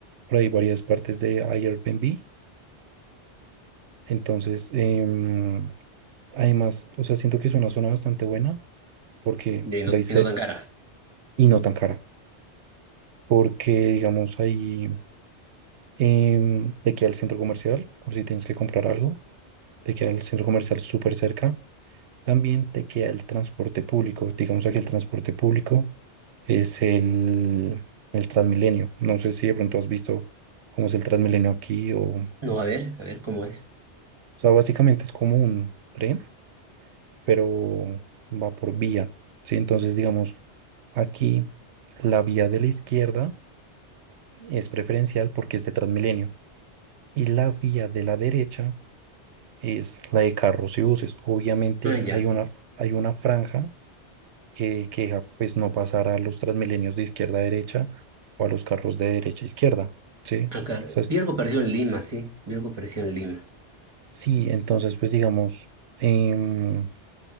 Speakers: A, on the right; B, on the right.
A: por ahí varias partes de Airbnb. Entonces, em, además, o sea, siento que es una zona bastante buena porque
B: y no,
A: lo hice
B: y no tan cara.
A: y no tan cara. Porque, digamos, ahí em, te queda el centro comercial por si tienes que comprar algo te queda el centro comercial súper cerca. También te queda el transporte público. Digamos aquí el transporte público es el, el Transmilenio. No sé si de pronto has visto cómo es el Transmilenio aquí o... O
B: No, a ver, a ver cómo es.
A: sea, básicamente es como un tren, pero va por vía, ¿sí? Entonces, digamos, aquí la vía de la izquierda es preferencial porque es de Transmilenio y la vía de la derecha es la de carros y buses. Obviamente
B: Ah, ya.
A: hay una, hay una franja que, que ja- pues no pasara a los transmilenios de izquierda a derecha o a los carros de derecha a izquierda, ¿sí?
B: Acá.
A: O sea, es-
B: Vi algo parecido en Lima, sí. Vi algo parecido en Lima.
A: sí, entonces pues digamos, em,